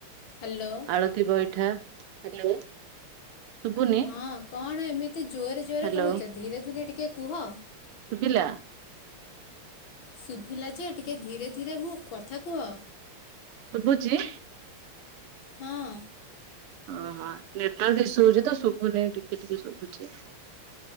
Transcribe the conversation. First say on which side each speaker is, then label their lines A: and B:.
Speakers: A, on the left; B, on the right.
A: ହ୍ୟାଲୋ
B: ଆଳତିୀ ବଇଠା <unintelligible> ଶୁଭୁନି
A: ହଁ କଣ ଏମିତି ଜୋରେ ଜୋରେ
B: ହ୍ୟାଲୋ
A: କହୁଛ ଧୀରେ ଧୀରେ ଟିକେ କୁହ।
B: ଶୁଭିଲା
A: ଶୁଭିଲା ଯେ ଟିକେ ଧୀରେ ଧୀରେ ହୁଅ କଥା କୁହ।
B: ଶୁଭୁଛିି?
A: ହଁ।
B: ଓହୋ ନେଟୱାର୍କ ଇସୁ ହଉଛି ତ ଶୁଭୁନି ଟିକେ ଟିକେ ଶୁଭୁଛି।